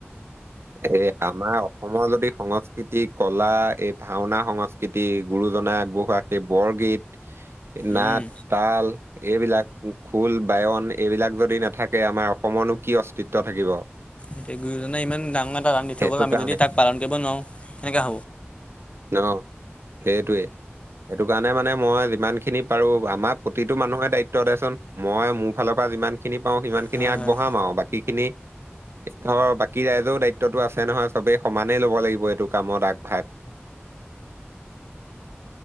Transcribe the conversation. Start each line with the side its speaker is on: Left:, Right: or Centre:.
Right: এই আমাৰ অসমৰ যদি সংস্কৃতি কলা এই ভাওঁনা সংস কিতি গুৰুজনাই আগবঢ়োৱা সেই বৰগীত, এ নাট,
Left: উম
Right: তাল এইবিলাক ও খোল বায়ন এইবিলাক যদি নাথাকে আমাৰ অসমৰ নো কি অস্তিত্ব থাকিব।
Left: এতিয়া গুৰুজনে ইমান ডাঙৰ এটা দান দি
Right: সেইটো
Left: থৈ গ'ল আমি
Right: কাৰণে
Left: যদি তাক পালন কৰিব নোৱাৰোঁ, কেনেকে হ'ব?
Right: ন, সেইটোৱে। সেইটো কাৰণে মানে মই যিমান খিনি পাৰোঁ আমাৰ প্ৰতিটো মানুহৰ দায়িত্ব দেচোন মই মোৰ ফালৰ পৰা যিমান। খিনি পাওঁ সিমান
Left: হয়
Right: খিনি আগবঢ়াম
Left: হয়
Right: আৰু বাকি খিনি। <unintelligible> কি ৰাইজেও দায়িত্বটো আছে নহয় চবেই সমানেই ল'ব লাগিব এইটো কামত আগভাগ।